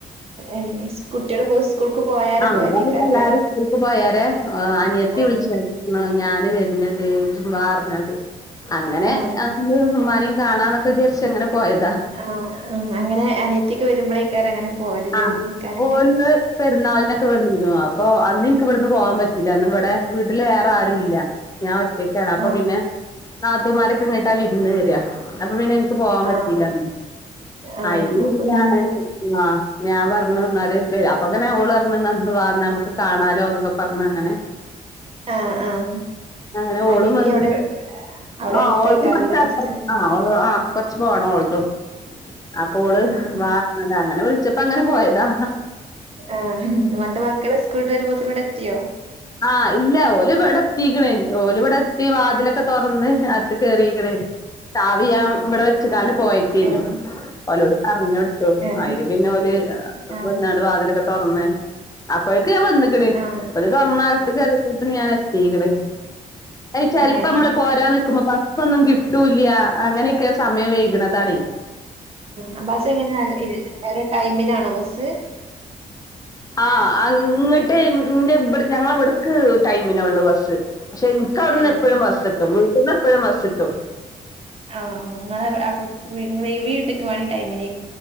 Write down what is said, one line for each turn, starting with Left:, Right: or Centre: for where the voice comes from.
Right: ഏഹ് സ് കുട്ടികള് പോ സ്കൂൾക്ക് പോയാരെ
Left: ആഹ് ആഹ്
Right: പോയതേക്കാരല്ലേ
Left: ഇവിടെ പ്പം എല്ലാരും സ്കൂൾ പോയാരെ ഓഹ് അനിയത്തി
Right: ആഹ്
Left: ക്ക് വിൾചായിരുന്നോ ഞാൻ തിലെ വര്ന്ണ്ട് ഇജ്ജ് ബാർഞ്ഞ്കാണ്ട് അങ്ങനെ
Right: ആഹ്
Left: <unintelligible> ഉമ്മാനെയും കാണാനൊക്കെ വിചാരിച്ചു അങ്ങനെ പോയതാ
Right: ആഹ് ആഹ് അങ്ങനെ അനിയത്തിക്കെ വരുമ്പോളേക്കാരം അങ്ങനെ പോവലില്ലേ
Left: ആഹ്
Right: വിരുന്ന് നിക്കാനൊക്കെ
Left: ഓല് പെരുന്നാളിനൊക്കെ വന്നീനു അപ്പൊ അന്നിൻക്ക് ഇവിടുന്ന് പോവാൻ പറ്റീ റ്റില അന്ന് ഇവിടെ വീട്ടില് വേറെ ആരുല്ല
Right: ആഹ്
Left: ഞാൻ ഒറ്റക്കാണ് അപ്പൊ
Right: ആഹ്
Left: പിന്നെ നാത്തൂമാരക്കെങ്ങട്ടാ വിരുന്ന് വരാ അപ്പൊ പിന്നെ ഇൻക്ക് പോവാൻ പറ്റീലാ
Right: ആഹ്
Left: അന്ന്
Right: ആഹ്
Left: <unintelligible>
Right: അപ്പൊ പിന്നെ
Left: ആഹ്
Right: എന്നും
Left: ഞാൻ പറഞ്ഞുന്നാല് പ്പെ അപ്പതന്നേ ഓള് പറഞ്ഞു ഇന്ന് വാ നമ്മുക്ക് കാണാലോ പറഞ്ഞ് അങ്ങനെ
Right: ആഹ് ആഹ്
Left: അങ്ങനെ ഓളും
Right: അനിയത്തി
Left: വന്ന്
Right: അവിടെ അവിടെ
Left: ആഹ്
Right: എടുത്തേക്കാറല്ലേ
Left: ഓൾത് കൊർച്ച് അപ്പൊർത്താണോ
Right: ഫസ്റ്റ്ന്
Left: ഓൾ ആഹ് കൊർ ച്ചു പോണം ഓൾതും അപ്പൊ ഓള്
Right: ആഹ്
Left: വാ അങ്ങനെ വിളിച്ചപ്പോ അങ്ങനെ പോയതാ
Right: ആഹ് എന്നിട്ട് മക്കള് സ്കൂളിട്ട് വരുമ്പോത്തിന് ഇവിടെ എത്തിയോ
Left: ആഹ് ഇല്ല ഓല് ഇവിടെ എത്തീക്ക്ണ് ഓല് വിടെത്തി വാതിലൊക്കെ തുറന്ന് അകത്ത്ക്ക് കേറീക്ക്ണ് ചാവി ഞാൻ ഇവിടെ വെച്ച്കാണ്ട് പോ പോയിക്കേയ്ന്നു
Right: ഏഹ്
Left: ഓലോട് പർഞ്ഞൊട്ത്തു
Right: ഏഹ്
Left: അയില് പിന്നെ ഓല്
Right: ആഹ്
Left: വന്നാണ്ട് വാതിലൊക്കെ തൊർന്ന് അപ്പോഴേക്കും ഞാൻ വന്ന്ക്ക്ണ്
Right: ആഹ്
Left: ഓര് മയത്ത്ക്കെറങ്ങിയപ്പോത്തിന് ഞാനെത്തീക്ക്ണ് അയ്ന് ചെൽപമ്മള്
Right: ഏഹ്
Left: പോരാൻ നിക്കുമ്പോ ബ കിട്ടൂല അങ്ങനെയൊക്കെ സമയം വൈക്ണ താണെ
Right: ആ ബസ് എങ്ങനെ ഓരോ ടൈമിനാണോ ബസ്
Left: ആഹ് ആ ഇങ്ങട്ട് ഇന്റെ ഇവിടെ ഞങ്ങ എവിടക്ക് ടൈമിനൊ ഉള്ളു ബസ്സ് പക്ഷെ എനിക്ക വിടുന്ന്
Right: ഏഹ്
Left: എപ്പോഴും ബസ് കിട്ടും വീട്ടിൽന്ന് എപ്പോഴും ബസ്ട്ടും
Right: <unintelligible> അവിടെ നങ്ങളെ ഈ വീട്ടിക്ക് വാണെ ടൈമിനേ